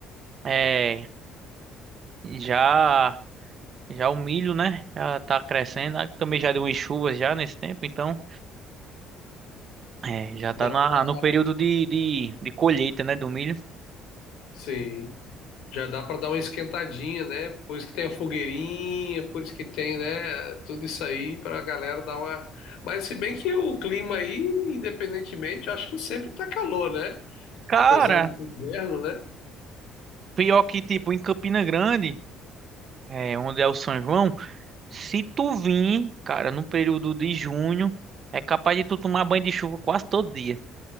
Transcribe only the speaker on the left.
Dá
pra.
Sim. Já dá para dar uma esquentadinha, né? Por isso que tem a fogueirinha, por isso que tem, né? Tudo isso aí para a galera dar uma. Mas se bem que o clima aí, independentemente, eu acho que sempre tá calor, né?
Apesar de ser inverno, né?